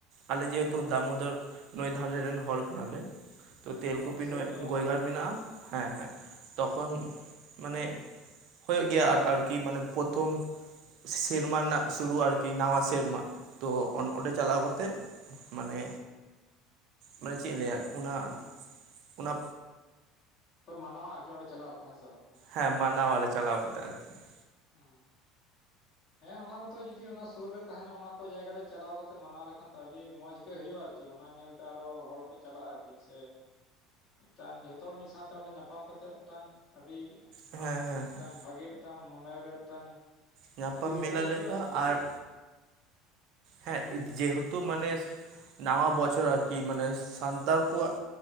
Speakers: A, on the right; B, on the left.
A: ᱟᱞᱮ ᱡᱮᱦᱮᱛᱩ
B: ᱚ
A: ᱫᱟᱢᱳᱫᱚᱨ ᱱᱟᱹᱭ ᱫᱷᱟᱨᱮ ᱨᱮᱱ ᱦᱚᱲ ᱠᱟᱱᱟᱞᱮ ᱾ ᱛᱮᱞᱠᱩᱯᱤ
B: ᱚ ᱥᱩᱨ
A: ᱱᱟᱹᱭ
B: ᱜᱮᱭᱟ ᱵᱟᱝ
A: ᱜᱚᱭᱜᱷᱟᱴ
B: ᱚᱸᱰᱮ
A: ᱢᱮᱱᱟᱜᱼᱟ
B: ᱠᱷᱚᱱ
A: ᱦᱮᱸ ᱦᱮᱸ ᱛᱚᱠᱷᱚᱱ, ᱢᱟᱱᱮᱼᱼ ᱦᱩᱭᱩᱜ ᱜᱮᱭᱟ ᱟᱨ ᱟᱨᱠᱤ ᱢᱟᱱᱮ ᱯᱨᱚᱛᱷᱚᱢᱼᱼ ᱥᱮᱨᱢᱟ ᱨᱮᱱᱟᱜ ᱥᱩᱨᱩ ᱟᱨᱠᱤ ᱱᱟᱣᱟ ᱥᱮᱨᱢᱟ, ᱛᱚ ᱚᱱ ᱚᱸᱰᱮ ᱪᱟᱞᱟᱣ ᱠᱟᱛᱮᱫᱼᱼ ᱢᱟᱱᱮ, ᱢᱟᱱᱮ ᱪᱮᱫ ᱤᱧ ᱞᱟᱹᱭᱟ ᱚᱱᱟ, ᱚᱱᱟᱼᱼ
B: ᱛᱚ ᱢᱟᱱᱟᱣᱟ ᱟᱨᱠᱤ ᱚᱸᱰᱮ ᱪᱟᱞᱟᱣ ᱠᱟᱛᱮ ᱦᱮᱸᱥᱮ ᱾
A: ᱦᱮᱸ ᱢᱟᱱᱟᱣᱟᱞᱮ ᱪᱟᱞᱟᱣ ᱠᱟᱛᱮ ᱾
B: ᱚᱸ ᱦᱮᱸ ᱚᱱᱟ ᱠᱚᱛᱮ ᱡᱩᱫᱤ ᱚᱱᱟ ᱥᱩᱨ ᱨᱮ ᱛᱟᱸᱦᱮᱱᱟ ᱚᱱᱟ ᱠᱚ ᱡᱟᱭᱜᱟ ᱨᱮ ᱪᱟᱞᱟᱣ ᱠᱟᱛᱮ ᱢᱟᱱᱟᱣ ᱞᱮᱠᱷᱟᱱ ᱛᱚ ᱟᱹᱰᱤ ᱢᱚᱸᱡᱽ ᱜᱮ ᱦᱩᱭᱩᱜᱼᱟ ᱾ ᱠᱤ ᱚᱱᱟ ᱧᱮᱞᱛᱮ ᱟᱨᱚ ᱦᱚᱲ ᱠᱚ ᱪᱟᱞᱟᱜᱼᱟ ᱟᱨᱠᱤ ᱥᱮᱼᱼ ᱢᱤᱫᱴᱟᱝ ᱡᱷᱚᱛᱚ ᱦᱚᱲ ᱢᱤᱫ ᱥᱟᱶᱛᱮ ᱚᱸᱰᱮ ᱧᱟᱯᱟᱢ ᱠᱟᱛᱮᱫ ᱢᱤᱫᱴᱟᱝ ᱟᱹᱰᱤᱼᱼ
A: ᱦᱮᱸ
B: ᱟᱨ
A: ᱦᱮᱸ
B: ᱢᱤᱫᱴᱟᱝ
A: ᱦᱮᱸ
B: ᱵᱷᱟᱜᱮ ᱢᱤᱫᱴᱟᱝ ᱢᱚᱱᱮᱨᱮ ᱢᱤᱫᱴᱟᱝ
A: ᱧᱟᱯᱟᱢ
B: ᱫᱤᱞ
A: ᱢᱮᱞᱟ
B: ᱫᱟᱲᱮ ᱦᱤᱡᱩᱜᱼᱟ
A: ᱞᱮᱠᱟ
B: ᱟᱨᱠᱤ
A: ᱟᱨ
B: ᱡᱮᱼᱼ
A: ᱦᱮᱸ ᱡᱮᱦᱮᱛᱩ ᱢᱟᱱᱮ ᱱᱟᱣᱟ ᱵᱚᱪᱷᱚᱨ ᱟᱨᱠᱤ ᱢᱟᱱᱮ ᱥᱟᱱᱛᱟᱞ ᱠᱚᱣᱟᱜᱼᱼ